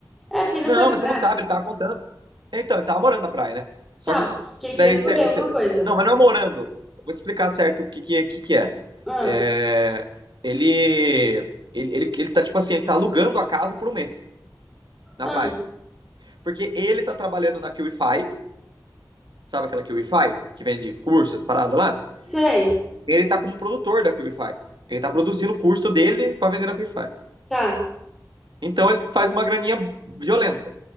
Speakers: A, in the centre; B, on the right.
A: É, porque ele
B: Não,
A: não foi morar.
B: mas você não sabe, ele tava contando. Então, ele tava morando na praia, né? Só
A: Tava,
B: que
A: que ele queria
B: daí
A: correr
B: você. você-
A: alguma coisa.
B: Não, mas não é morando. Eu Vou te explicar certo o que, que, é, que, que é.
A: Ah,
B: É, Ele, ele, ele. Ele tá, tipo assim, ele tá alugando a casa por um mês na
A: ah,
B: praia. Porque ele tá trabalhando na QIFI, sabe aquela QIFI que vende cursos, as paradas lá?
A: sei.
B: Ele tá como produtor da QIFI. Ele tá produzindo o curso dele pra vender na QIFI.
A: Tá.
B: Então ele faz uma graninha violenta.